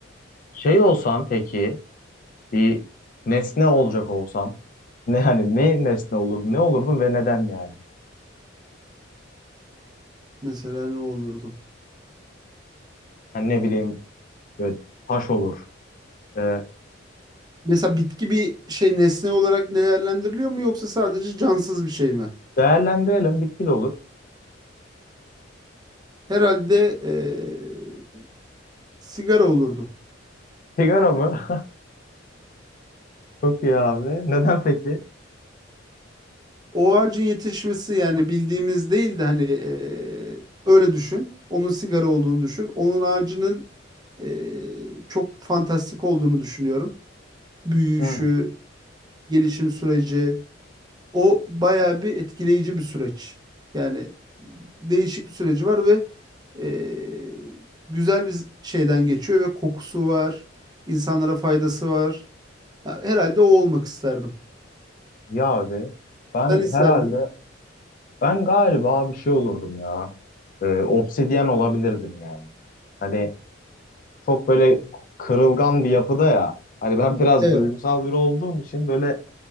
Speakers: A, on the left (about 45°); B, on the right (about 20°).
A: şey olsan peki bir nesne olacak olsan ne hani ne nesne olurdun ne olurdun ve neden yani?
B: Mesela ne olurdu?
A: Yani ne bileyim böyle taş olur. Ee,
B: Mesela bitki bir şey nesne olarak değerlendiriliyor mu yoksa sadece cansız bir şey mi?
A: değerlendirelim bitki de olur.
B: Herhalde eee, sigara olurdum.
A: Sigara mı? <laughs> Çok iyi abi. Neden peki?
B: O ağacın yetişmesi yani bildiğimiz değil de hani e, öyle düşün. Onun sigara olduğunu düşün. Onun ağacının e, çok fantastik olduğunu düşünüyorum. Büyüyüşü,
A: Hı.
B: gelişim süreci. O bayağı bir etkileyici bir süreç. Yani değişik bir süreci var ve e, güzel bir şeyden geçiyor ve kokusu var. insanlara faydası var. Ha, Herhalde o olmak isterdim.
A: Ya abi ben
B: Sen isterdin.
A: herhalde Ben galiba bir şey olurdum ya. Ee, obsidyen olabilirdim yani. Hani çok böyle kırılgan bir yapıda ya. Hani ben <laughs> biraz
B: Evet.
A: duygusal biri olduğum için böyle